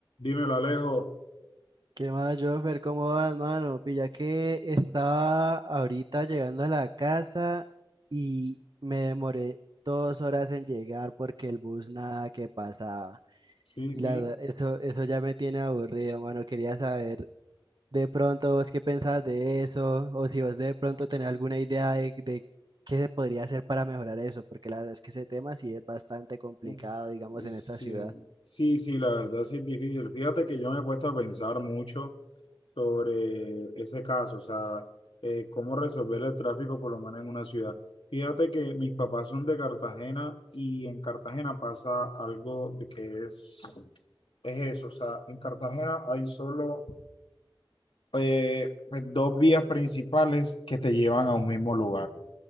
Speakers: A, on the left; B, on the right.
A: Dímelo, Alejo.
B: ¿Qué más, Joffer? ¿Cómo vas, mano? Pilla que estaba ahorita llegando a la casa y me demoré dos horas en llegar porque el bus nada que pasaba.
A: Sí,
B: Y
A: sí.
B: la verdad, eso, eso ya me tiene aburrido, mano. Quería saber de pronto vos qué pensás de eso o si vos de pronto tenés alguna idea de, de qué se podría hacer para mejorar eso, porque la verdad es que ese tema sí es bastante complicado,
A: Uf,
B: digamos, en
A: sí.
B: esta ciudad.
A: Sí, sí, la verdad sí es difícil. Fíjate que yo me he puesto a pensar mucho sobre ese caso, o sea, eh, cómo resolver el tráfico por lo menos en una ciudad. Fíjate que mis papás son de Cartagena y en Cartagena pasa algo de que es, es eso, o sea, en Cartagena hay solo eh, pues, dos vías principales que te llevan a un mismo lugar.